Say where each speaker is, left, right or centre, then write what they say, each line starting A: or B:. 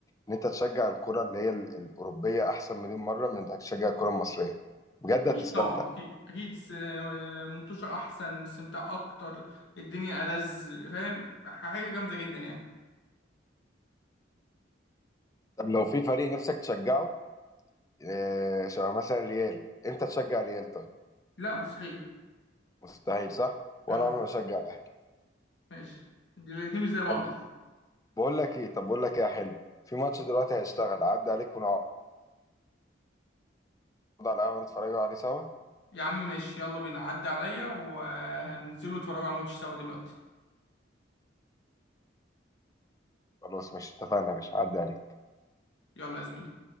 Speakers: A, on the left; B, on the left.
A: ان انت تشجع الكره اللي هي ال- الاوروبيه احسن مليون مره من انك تشجع الكره المصريه بجد
B: أكيد
A: هتستمتع
B: طبعا أكيد أكيد س- آه، منتوشة أحسن استمتاع أكتر الدنيا ألذ فاهم حاجة جامدة جدا يعني
A: طب لو في فريق نفسك تشجعه آه، شبه مثلا ريال انت تشجع ريال طيب
B: لا مستحيل
A: مستحيل صح وانا
B: أه
A: عمري ما اشجع الاهلي
B: ماشي دي الاتنين مش زي بعض
A: طب
B: أصلا
A: بقول لك ايه طب بقول لك ايه يا حلو في ماتش دلوقتي هيشتغل عدى عليك ونقعد على القهوه نتفرجوا عليه سوا
B: يا عم ماشي يلا بينا عدي عليا وهننزلوا نتفرجوا على الماتش سوا دلوقتي
A: خلاص مش اتفقنا يا باشا عدى عليك
B: يلا يا زميلي